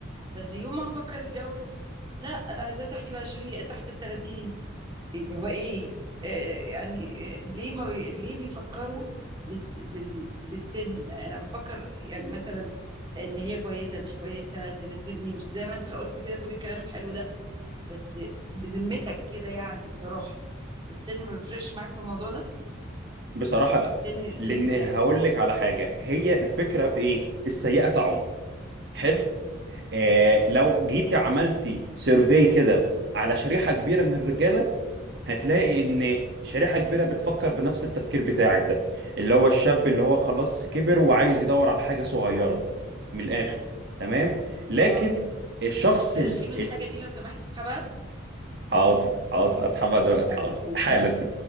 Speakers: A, on the right; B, on the right.
A: بس يوم ما فكر يتجوز لا انا عايزاه تحت العشرين تحت الثلاثين اللي هو ايه آه، يعني آه، ليه ما بي... ليه بيفكروا بال... بال... بالسن انا بفكر يعني مثلا ان هي كويسه مش كويسه تناسبني مش زي ما انت قلت كده كل الكلام الحلو ده بس بذمتك كده يعني بصراحه السن ما بيفرقش معاك في الموضوع ده
B: بصراحه لا
A: سن البنت
B: لان هقول
A: يعني
B: لك على حاجه هي الفكره في ايه السيئه طعم حلو آه لو جيت عملتي سيرفي كده على شريحه كبيره من الرجاله هتلاقي ان شريحه كبيره بتفكر بنفس التفكير بتاعك ده اللي هو الشاب اللي هو خلاص كبر وعايز يدور على حاجه صغيره من الاخر تمام لكن
A: اه
B: الشخص
A: بلاش
B: اللي
A: كلمه حاجه دي لو سمحت اسحبها
B: حاضر حاضر اسحبها دلوقتي
A: ايوه
B: حاضر
A: وكم
B: حالا